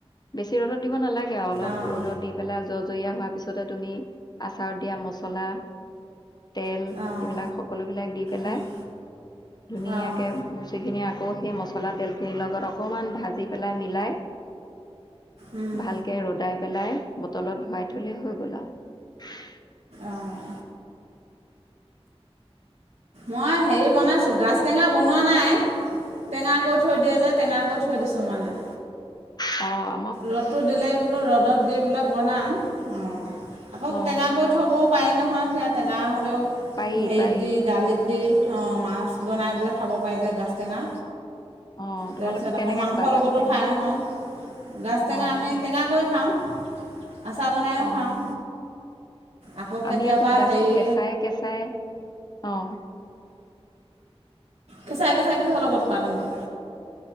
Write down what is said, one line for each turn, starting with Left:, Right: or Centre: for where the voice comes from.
Left: বেছি ৰদত দিব নালাগে অলপ
Right: অঁ
Left: ৰদত দি পেলাই জজৰীয়া হোৱাৰ পিছতে তুমি আচাৰত দিয়া মছলা তেল
Right: অঁ
Left: এইবিলাক সকলো বিলাক দি পেলাই
Right: উম
Left: ধুনীয়াকে
Right: অঁ
Left: ভুচি খিনি আ আকৌ সেই মছলা তেলখিনিৰ লগত অকণমান ভাজি পেলাই মিলাই
Right: উম
Left: ভালকে ৰ'দাই পেলাই বটলত ধুৱাই থলে হৈ গ'ল আৰু
Right: অঁ মই হেৰি বনাইছোঁ গাজ টেঙা বনোৱা নাই টেঙাকৈ থৈ দিয়ে যে টেঙাকৈ থৈ দিছোঁ মানে
Left: অ
Right: ৰ'দটো দিলেই বোলো ৰ'দত দি বোলে বনাম। অঁ আকৌ
Left: অঁ
Right: টেঙা কৰি থবও পাৰি নহয় সেয়া টেঙা হলেও
Left: পাৰি
Right: হেৰিত
Left: পাৰি
Right: দি দালিত মাছ বনাই খাব পাৰি যে গাজ টেঙা।
Left: অ
Right: তাৰপিছত
Left: তোমালোকে
Right: আকৌ
Left: কেনেকে
Right: মাংসৰ
Left: খোৱা
Right: লগতো
Left: গাছ টেঙা?
Right: খাই নহয় গাজ টেঙা
Left: অঁ
Right: আমি টেঙাকৈ খাওঁ। আছা বনাইও
Left: অঁ
Right: খাওঁ। আকৌ কেতিয়াবা
Left: আমি আকৌ গাজটো
Right: হেৰি
Left: কেঁচাই কেঁচাই অহ
Right: কেঁচাই কেচাই কিহৰ লগত পাত নেকি